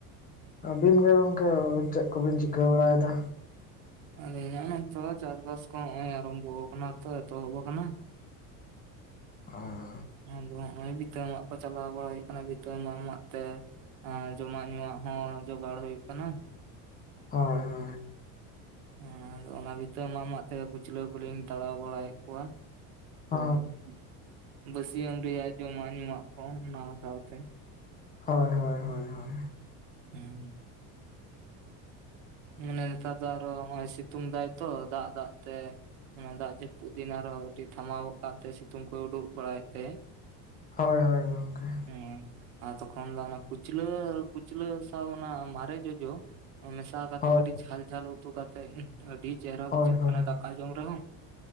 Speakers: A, on the left; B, on the right.
A: ᱟᱵᱤᱱ ᱜᱮ ᱜᱚᱝᱠᱮ ᱪᱮᱫ ᱠᱚᱵᱤᱱ ᱪᱤᱠᱟᱹ ᱵᱟᱲᱟᱭᱮᱫᱟ
B: ᱟᱞᱤᱧᱟᱜ ᱱᱚᱱᱛᱮ ᱦᱚᱸ ᱪᱟᱥᱵᱟᱥ ᱠᱚ ᱦᱚᱸᱜ-ᱚᱭ ᱟᱨᱟᱢᱵᱷᱚ ᱠᱟᱱᱟ ᱛᱚ ᱮᱛᱚᱦᱚᱵ ᱠᱟᱱᱟ
A: ᱦᱚ
B: ᱟᱫᱚ ᱦᱚᱸᱜᱼᱚᱭ ᱵᱤᱛᱟᱹ ᱢᱟᱜ ᱠᱚ ᱪᱟᱞᱟᱣ ᱵᱟᱲᱟ ᱦᱩᱭᱩᱜ ᱠᱟᱱᱟ ᱵᱤᱛᱟᱹ ᱢᱟᱜ ᱢᱟᱜ ᱛᱮ ᱮᱸ ᱡᱚᱢᱟᱜ ᱧᱩᱣᱟᱜ ᱦᱚᱸ ᱡᱚᱜᱟᱲ ᱦᱩᱭᱩᱜ ᱠᱟᱱᱟ
A: ᱦᱳᱭ
B: ᱦᱚᱸ ᱟᱫᱚ ᱚᱱᱟ ᱵᱷᱤᱛᱟᱹ ᱢᱟᱜ ᱢᱟᱜ ᱛᱮ ᱠᱩᱪᱞᱟᱹ ᱠᱚᱞᱤᱧ ᱛᱟᱲᱟᱣ ᱵᱟᱲᱟᱭᱮᱫ ᱠᱚᱣᱟ
A: ᱦᱳᱭ
B: <inaudible> ᱵᱟᱹᱥᱤᱭᱟᱹᱢ ᱨᱮᱭᱟᱜ ᱡᱚᱢᱟᱜ ᱧᱩᱣᱟᱜ ᱠᱚ ᱚᱱᱟ ᱥᱟᱶᱛᱮ
A: ᱦᱳᱭ ᱦᱳᱭ ᱦᱳᱭ ᱦᱳᱭ ᱦᱳᱭ
B: ᱦᱮᱸ ᱢᱟᱱᱮ ᱱᱮᱛᱟᱨ ᱫᱚ ᱟᱨᱚ ᱱᱚᱜᱚᱭ ᱥᱤᱛᱩᱝ ᱫᱟᱭ ᱛᱚ ᱫᱟᱜ ᱫᱟᱜ ᱛᱮ ᱚᱱᱟ ᱫᱟᱜ ᱡᱟᱹᱯᱩᱫ ᱫᱤᱱ ᱟᱨᱦᱚᱸ ᱠᱟᱴᱤ ᱛᱷᱟᱢᱟᱣ ᱟᱠᱟᱫ ᱛᱮ ᱥᱤᱛᱩᱝ ᱠᱚᱭ ᱩᱰᱩᱠ ᱵᱟᱲᱟᱭᱮᱫ ᱛᱮ
A: ᱦᱳᱭ ᱦᱳᱭ ᱜᱚᱝᱠᱮ
B: ᱦᱮᱸ ᱟᱨ ᱛᱚᱠᱷᱚᱱ ᱫᱚ ᱠᱩᱪᱞᱟᱹ ᱠᱩᱪᱞᱟᱹ ᱥᱟᱶ ᱚᱱᱟ ᱢᱟᱨᱮ ᱡᱚᱡᱚ ᱢᱮᱥᱟ ᱠᱟᱛᱮᱜ
A: ᱦᱳᱭ
B: ᱠᱟᱹᱴᱤᱡ ᱡᱷᱟᱞ ᱡᱷᱟᱹᱞ ᱩᱛᱩ ᱠᱟᱛᱮᱜ ᱟᱹᱰᱤ ᱪᱮᱦᱨᱟ
A: ᱦᱳᱭ
B: ᱵᱩᱡᱷᱟᱹᱜ
A: ᱦᱳᱭ
B: ᱠᱟᱱᱟ ᱫᱟᱠᱟ ᱡᱚᱢ ᱨᱮᱦᱚᱸ